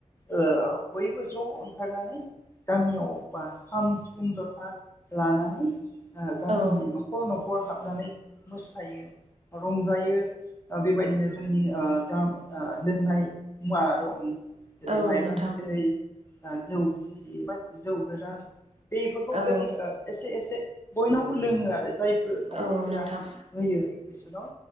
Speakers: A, on the left; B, on the right.
A: ओ‌ बयबो ज ओंखारनानै गामियाव बा खाम सिफुं जथा लानानै ओ गामिनि
B: औ नोंथां औ
A: नख नखर हाबनानै मोसायो रंजायो बेबायदिनो जोंनि ओ जा लोंनाय मुवा दं जेरै
B: औ
A: मायब्रा
B: नोंथां
A: बिदै जौ गिसि बा जौ गोरान बेफोरखौ
B: औ
A: लोङो एसे एसे बयनावबो लोङो आरो जायफोर नखरफोरा
B: औ नोंथां
A: होयो बिसोराव